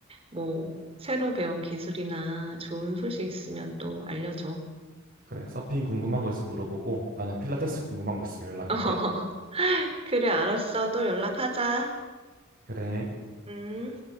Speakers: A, on the right; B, on the right.
A: 뭐 새로 배운 기술이나 좋은 소식 있으면 또 알려줘.
B: 그래, 서핑 궁금한 거 있으면 물어보고, 나는 필라테스 궁금한 거 있으면 연락할게.
A: <laughs> 그래, 알았어. 또 연락하자.
B: 그래.
A: 음.